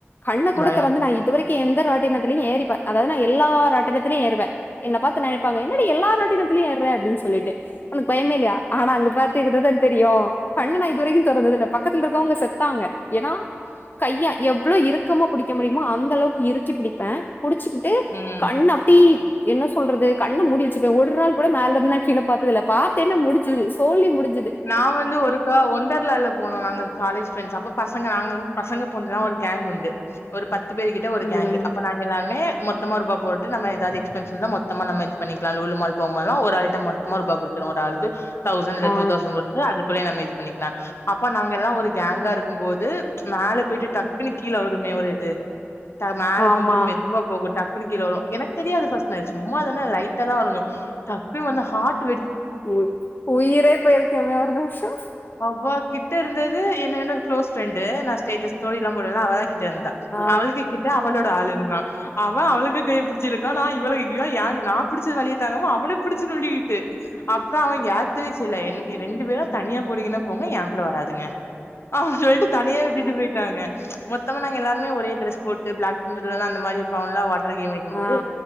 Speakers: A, on the left; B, on the left.
A: கண்ணு கூட
B: பயம்.
A: திறந்து நா இது வரைக் எந்த ராட்டினத்திலியு ஏறிப்ப அதாவது நா எல்லாராட்டினத்திலய ஏறுவே என்ன பார்த்து நினைப்பாங்க என்னடி எல்லா ராட்டினத்திலியு ஏற அப்டின்னு சொல்லிட்டு உனக்கு பயமே இல்லிய ஆனா அங்க பார் த்திருந்தா தெரியு கண்ணு நா இதுவரையு தொறந்ததில்ல பக்கத்துல இருக்கவங்க செத்தாங்க ஏனா கைய எவ்ளோ இருக் கமா புடிக்க முடியுமோ அந்த அளவுக்கு இருக்கி புடிப்பே புடிச்சிக்கிட்டு
B: ம்.
A: கண் அப்டி என்ன சொல்றது கண்ண முடிவச்சிப ஒரு நாள் கூட மேல இருந்துனா கில பார்த்ததில்ல பார்த்தென்ன முடிஞ்சுது சோலி முடிஞ்
B: நா வந்து ஒருக்க ஒண்டர்லால போனோ நாங்க காலேஜ் ப்ரெண்ட்ஸ் அப்ப பசங்க நாங்க பசங்க பொண்ணுலா ஒரு கேங் உண்டு ஒரு பத் துபேர் கிட்ட ஒரு
A: ம்
B: கேங்கு அப்ப நாங்க எல்லாமே மொத் தமா ரூபா போட்டு நம்ம ஏதவது எக்ஸ்பன்ஸ் இருந்த மொத்தம நம இது பண்ணிக்கலா லோல்மால் போம்போதலா ஒரு ஐட்டம் மொத்தமா ரூபா கொடுகணு ஒரு ஆளுக்கு டயு டூதௌசண்ட்
A: ஆ
B: போட்டு அதுக்குள்லையே நம்ம இது பண்ணிக்கலாம் அப்பா நாங்க எல்லா ஒரு கேங்கா இருக்கு போது மேல போயிட்டு டக்குன்னு கீல வருமே ஒரு இது த மேல
A: ஆமா
B: போம்போது மெதுவா போகும் டக் டக்குனு கீல வரு எனக்கு தெரியாது ஃபர்ஸ்ட்ல சும்ம தான லைட்ட தா டக்குனு வந்து ஹாட்
A: உ உயிரே போயிருக்கு இங்க வேற ரஸ்சுஸ்
B: அவ கிட்ட இருந்தது எஎன்னோட க்ளோஸ் பிரெய்டு நான்ஸ்டேடஸ் தோழி போடுவேல அவள் தான் கிட்ட இருந்தான்
A: ஆ
B: அவளுக்கு கிட்ட அவளோட ஆள் இருந்தான் அவன் அவளுக்கு கையபிடிச்சிருக்கான் நான் இவளளுக்குக்குஇவ எங்கை நான் புடிச்ச வலிய தங்காம அவனு பிடிச்சு நோன்டிகிட்டு அப்புறம் அவன் ஏயத்தவே செய்யல என் ரெண்டு பேரா தனியா போறீங்கன்னா போங்க என் கூட வராதுங்க ஆ லிட்டு தனியே விட்டு போயிட்டாங்க மொத்தமா நாங்க எல்லாருமே ஒரே ட்ரஸ் போட்டு பிளாக் அந்த மாரி இருப்பாங்க ட்ரைனிங் வைக்கும்போது
A: ஆ